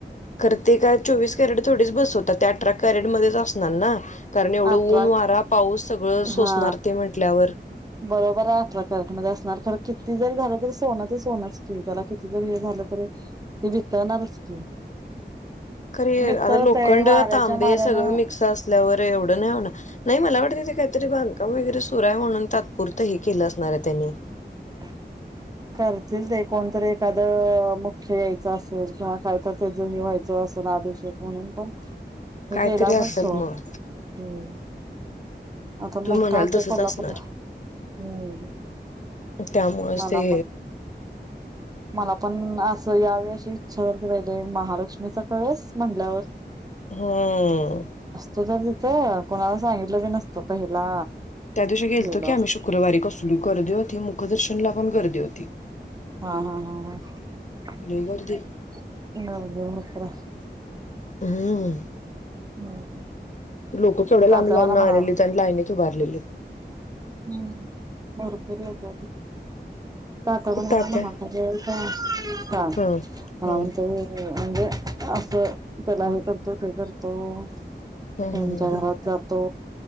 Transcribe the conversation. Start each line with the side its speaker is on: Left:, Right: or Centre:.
Left: खरं ते काय चोवीस कॅरेट थोडीच बसवतात ते अठरा कॅरेट मध्येच असणार ना कारण एवढं
Right: अठरा
Left: ऊन वारा पाऊस सगळं सोसणार
Right: हा
Left: ते म्हटल्यावर
Right: बरोबर आहे अठरा कॅरेट मध्ये असणार खरं किती जरी झालं तरी सोनं ते सोनंच की त्याला किती जरी हे झालं तरी ते वितळणारचं की <inaudible>
Left: खरं हे
Right: वितळतय
Left: आता लोखंड
Right: वाऱ्याच्या
Left: तांबे
Right: मारानं
Left: सगळं मिक्स असल्यावर एवढं नाही मला वाटतंय ते काहीतरी बांधकाम वगैरे सुरू आहे म्हणून तात्पुरतं हे केलं असणार आहे त्यांनी
Right: <unintelligible> करतील ते कोणतरी एखादं मुख्य यायचं असलं किंवा काहीतर त्याचं हे व्हायचं पण अभिषेक म्हणून पण हे
Left: कायतरी
Right: केलं असलं
Left: असेल
Right: सोड
Left: मग.
Right: हम्म्म आता
Left: तुम्ही
Right: मोठा
Left: म्हणाल
Right: आख्या
Left: तसंच
Right: कोल्हापूरला
Left: असणार.
Right: हम्म
Left: त्यामुळेच
Right: मला
Left: ते
Right: पण मला पण अ तर यावेळी अशी इच्छावरती राहिल्या महालक्ष्मीचा कळस म्हंटल्यावर
Left: हम्म्म
Right: तू तर तिथं कोणाला सांगितलं बी नसतं पहिला
Left: त्या दिवशी गेलतो
Right: गेलो
Left: की आम्ही
Right: असतो
Left: शुक्रवारी कसली गर्दी होती मुखदर्शनला पण गर्दी होती
Right: हा हा हा
Left: लई गर्दी
Right: हा
Left: हम्म
Right: हम्म
Left: लोकं केवढ्या लांब
Right: तात्या
Left: लांबणं
Right: मला
Left: आलेलित
Right: म्हणाला
Left: आणि लाईनीत उभारलेली
Right: हम्म भरपूर लोकं होती काका पण मला
Left: तात्या
Right: म्हणालता गं जा हा
Left: हम्म
Right: हा
Left: हम्म
Right: जाऊन ये म्हणजे असं त्याला हे करतो ते करतो त्यांच्या
Left: हम्म हम्म
Right: घरात जातो